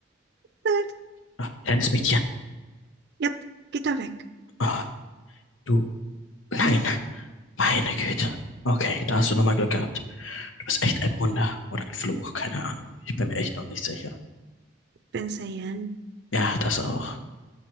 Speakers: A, on the right; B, on the left.
A: Halt.
B: Ah, kleines Mädchen.
A: Jetzt geht er weg,
B: Ah, du. Nein. Meine Güte. Okay, da hast du nochmal Glück gehabt. Du bist echt ein Wunder oder ein Fluch, keine Ahnung. Ich bin mir echt noch nicht sicher.
A: Ben Sayen.
B: Ja, das auch.